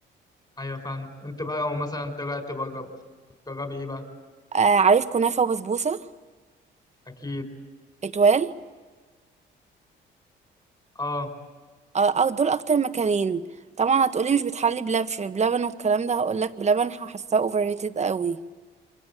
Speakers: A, on the left; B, on the right.
A: ايوه فاهمك انت بقى لو مثلا طلعت بره بتجربي ايه بقى
B: آه عارف كنافة وبسبوسة
A: اكيد
B: اتوال
A: اه
B: آه آه، دول اكتر مكانين طبعا هتقولي مش بتحلي بلب في بلبن والكلام ده هقولك بلبن هحسها اوفر ريتد قوي